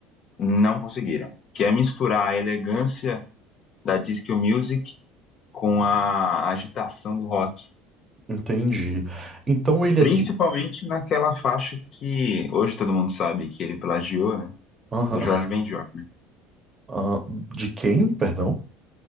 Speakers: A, on the left (about 50°); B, on the right (about 25°).
A: não conseguiram, que é misturar a elegância da disco music com a agitação do rock.
B: Entendi. Então ele
A: Principalmente
B: é de...
A: naquela faixa que hoje todo mundo sabe que ele plagiou, né?
B: Aham.
A: Do Jorge Benjor.
B: Ah, de quem? Perdão?